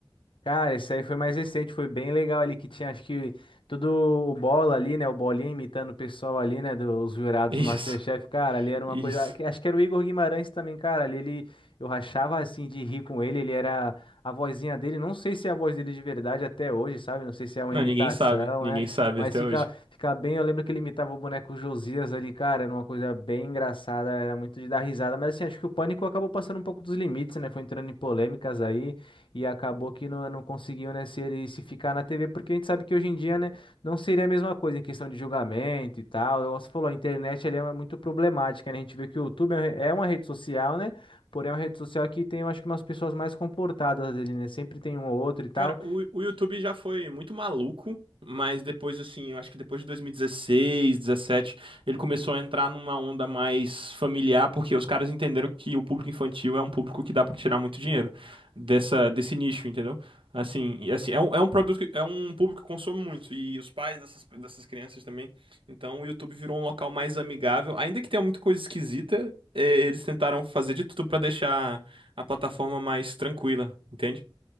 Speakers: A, on the left; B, on the right.
A: Cara, esse aí foi mais recente, foi bem legal ali, que tinha acho que todo o bola ali, né? O bolinha imitando o pessoal ali, né? Dos jurados
B: Isso,
A: do MasterChef, cara, ali era uma
B: isso.
A: coisa. que- Acho que era o Igor Guimarães também, cara. Ali ele eu rachava assim de rir com ele, ele era a vozinha dele. Não sei se é a voz dele de verdade até hoje, sabe? Não sei se é uma
B: Não,
A: imitação,
B: ninguém sabe. Ninguém
A: né?
B: sabe
A: Mas
B: até
A: fica,
B: hoje.
A: fica bem. Eu lembro que ele imitava o boneco Josias ali, cara, era uma coisa bem engraçada, era muito de dar risada. Mas assim, acho que o pânico acabou passando um pouco dos limites, né? Foi entrando em polêmicas aí e acabou que não, não conseguiu, né, se ele se ficar na TV, porque a gente sabe que hoje em dia, né, não seria a mesma coisa em questão de julgamento e tal. Eu- Você falou, a internet ela é muito problemática, né? A gente vê que o YouTube é uma re- é uma rede social, né? Porém, é uma rede social que tem, eu acho que umas pessoas mais comportadas ali, né? Sempre tem um ou outro e tal.
B: Cara, o, o YouTube já foi muito maluco, mas depois, assim, eu acho que depois de 2016, 17, ele começou a entrar numa onda mais familiar, porque os caras entenderam que o público infantil é um público que dá pra tirar muito dinheiro dessa, desse nicho, entendeu? Assim, e assim, é um, é um produto, que- é um público que consome muito, e os pais dessas, dessas crianças também. Então, o YouTube virou um local mais amigável, ainda que tenha muita coisa esquisita, eh, eles tentaram fazer de tudo pra deixar a plataforma mais tranquila, entende?